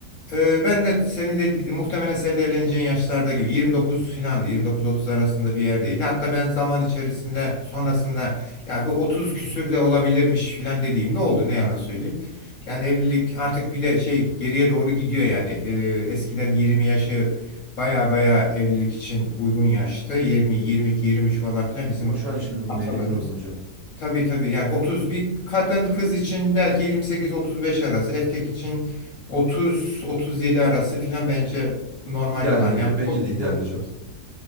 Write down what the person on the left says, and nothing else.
Ee, ben de senin de muhtemelen senin evleneceğin yaşlarda gibi 29 filandı 29-30 arasında bir yerdeydi. Hatta ben zaman içerisinde sonrasında ya bu 30 küsür de olabilirmiş filan dediğimde oldu ne yalan söyleyeyim. Yani evlilik artık bir de şey geriye doğru gidiyor yani. Ee, eskiden 20 yaşı baya baya evlilik için uygun yaştı. 20, 22, 23 falan filan bizim
atalarımız.
Tabii tabii yani 30 bir kadın kız için belki 28-35 arası erkek için 30-37 arası filan bence normal
olan
yani
bu koşuşturma
içerisinde.